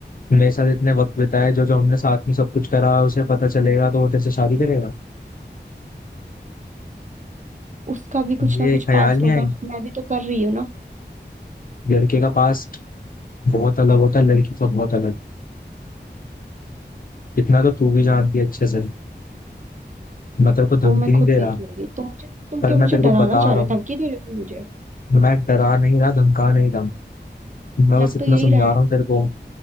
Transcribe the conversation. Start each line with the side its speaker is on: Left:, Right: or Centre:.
Left: मेरे साथ इतने वक्त बिताए जो जो हमने साथ में सब कुछ करा उसे पता चलेगा तो वो तेरे से शादी करेगा
Right: उसका भी कुछ
Left: ये
Right: ना कुछ
Left: ख्याल
Right: पास्ट
Left: नहीं
Right: होगा
Left: आई
Right: मैं भी तो कर रही हूँ ना
Left: लड़के का पास बहुत अलग होता है लड़की का बहुत अलग इतना तो तू भी जानती है अच्छे से मैं तेरे को धमकी
Right: वो मैं
Left: नहीं
Right: खुद
Left: दे
Right: देख
Left: रहा
Right: लूंगी तुम मुझे तुम
Left: पर
Right: क्या
Left: मैं
Right: मुझे
Left: तेरे को
Right: डराना
Left: बता
Right: चाह
Left: रहा
Right: रहे
Left: हूँ
Right: हो धमकी दे रहे हो तुम मुझे
Left: मैं डरा नहीं रहा धमका नहीं रहा मैं
Right: लग
Left: बस इतना
Right: तो यही
Left: समझा
Right: रहा है
Left: रहा हूँ तेरे को